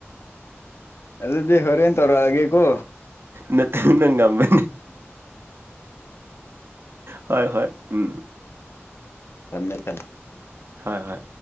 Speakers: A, on the left; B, on the right.
A: ꯑꯗꯨꯗꯤ ꯍꯣꯔꯦꯟꯟ ꯇꯧꯔꯣꯑꯒꯦꯀꯣ
B: ꯅ ꯊꯤ ꯅꯪ ꯉꯝꯃꯦ ꯍꯣꯏ ꯍꯣꯏ ꯎꯝ
A: ꯊꯝꯃꯦ ꯊꯝꯃꯦ
B: ꯍꯣꯏ ꯍꯣꯏ